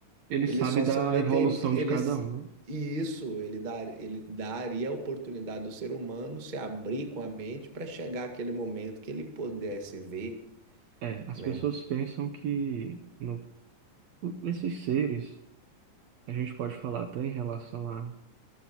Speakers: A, on the right; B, on the right.
A: Ele
B: ele
A: sabe
B: só
A: da
B: se meteria.
A: evolução
B: Eles,
A: de cada um, né?
B: e isso ele, dar, ele daria a oportunidade do ser humano se abrir com a mente para chegar àquele momento que ele pudesse ver,
A: É, as
B: né?
A: pessoas pensam que no, nesses seres, a gente pode falar até em relação a